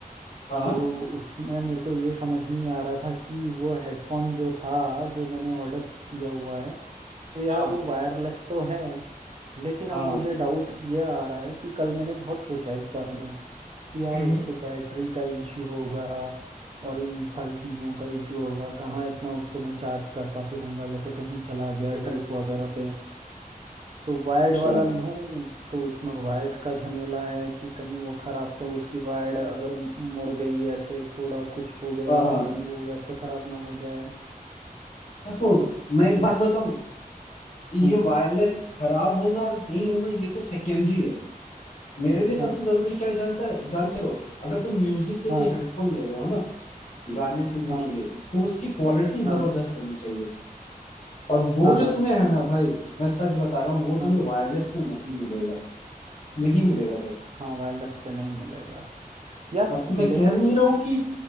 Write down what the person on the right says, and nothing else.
तो उसमें मेरे को ये समझ नहीं आ रहा था कि वो हेडफोन जो था जो मैंने ऑर्डर किया हुआ है तो यार
वो वायरलेस तो है लेकिन
अब मुझे डाउट ये आ रहा है कि कल मैंने बहुत सोचा इस बारे में कि यार
उसको बैटरी का इश्यू होगा और इन सारी चीज़ों का इश्यू होगा कहाँ इतना उसको मैं चार्ज करता फिरूंगा जैसे कहीं चला गया
ट्रिप वगैरह पे तो वायर्ड
वाला लूं तो उसमें वायर्ड का झमेला है कि कहीं वो खराब तो उसकी वायर्ड अगर मुड़ गई ऐसे थोड़ा कुछ हो गया
तो कहीं वो वैसे खराब ना हो जाए
क्योंकि
हम्म
हाँ
हाँ
हाँ
हाँ
हाँ
हाँ
हाँ
हाँ वायरलेस पे नहीं मिलेगा यार
लेकिन